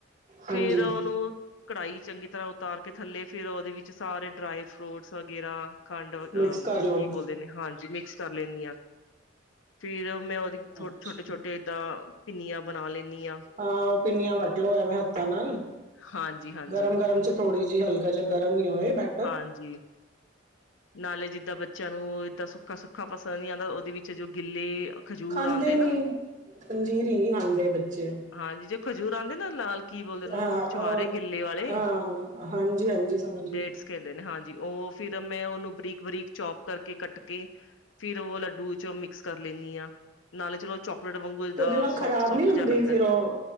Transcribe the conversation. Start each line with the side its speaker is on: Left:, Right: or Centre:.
Right: ਹਾਂਜੀ
Left: ਫੇਰ ਓਨੂੰ ਕੜਾਈ ਚੰਗੀ ਤਰ੍ਹਾਂ ਉਤਾਰ ਕੇ ਥੱਲੇ ਫੇਰ ਓਦੇ ਵਿੱਚ ਸਾਰੇ ਡਰਾਈ ਫਰੂਟਸ ਵਗੈਰਾ ਖੰਡ ਵ
Right: ਮਿਕਸ
Left: ਆ
Right: ਕਰ ਲਓ।
Left: ਕੀ ਬੋਲਦੇ ਨੇ ਹਾਂਜੀ ਮਿਕਸ ਕਰ ਲੈਂਨੀ ਆ ਫੇਰ ਮੈਂ ਓਦੀ ਛੋ
Right: ਅੱਛਾ
Left: ਛੋਟੇ-ਛੋਟੇ ਏਦਾਂ ਪੀਨੀਆਂ ਬਣਾ ਲੈਂਦੀ ਆਂ।
Right: ਹਾ ਓ ਪਿੰਨੀਆਂ ਵੱਟਲੋ ਐਵੇਂ ਹੱਥਾਂ, ਨਾਲ
Left: ਹਾਂਜੀ ਹਾਂਜੀ
Right: ਗਰਮ-ਗਰਮ ਚ ਥੋੜੀ ਜੀ ਹਲਕਾ ਜਾ ਗਰਮ ਈ ਹੋਏ ਬੈ
Left: ਹਾਂਜੀ ਨਾਲੇ ਜਿੱਦਾਂ ਬੱਚੇਆਂ ਨੂੰ ਏਦਾਂ ਸੁੱਕਾ ਸੁੱਕਾ ਪਸੰਦ ਨੀ ਆਂਦਾ ਉਹਦੇ ਵਿੱਚ ਜੋ ਗਿੱਲੇ ਖਜੂਰ
Right: ਖਾਂਦੇ
Left: ਆਂਦੇ
Right: ਨੀ
Left: ਨਾ
Right: ਪੰੰਜੀਰੀ ਨੀ ਖਾਂਦੇ ਬੱਚੇ
Left: ਹਾਂਜੀ, ਜੋ ਖਜੂਰ ਆਉਂਦੇ ਨਾ ਲਾਲ ਕੀ ਬੋਲਦੇ
Right: ਹਾਂ
Left: ਓਨੂੰ ਛੁਹਾਰੇ ਗਿੱਲੇ ਵਾਲੇ
Right: ਹਾਂ ਹਾਂਜੀ ਹਾਂਜੀ ਸਮਝ ਗਈ।
Left: ਡੇਟਸ ਕੈਂਦੇ ਨੇ ਹਾਂਜੀ ਉਹ ਫੇਰ ਮੈਂ ਓਨੂੰ ਬਰੀਕ-ਬਰੀਕ ਚੋਪ ਕਰਕੇ ਕੱਟ ਕੇ ਫੇਰ ਓ ਲੱਡੂ ਚ ਮਿਕਸ ਕਰ ਲੈਂਦੀ ਆ ਨਾਲੇ ਚਲੋ ਚੌ ਟ ਵਾਂਗੂ
Right: ਤੇ ਉਹਦੇ ਨਾਲ ਖ਼ਰਾਬ
Left: ਸੋਫਟ-ਸੋਫਟ
Right: ਨਹੀਂ ਹੁੰਦੀ
Left: ਜਿਹਾ ਲੱਗਦਾ
Right: ਫਿਰ ਉਹ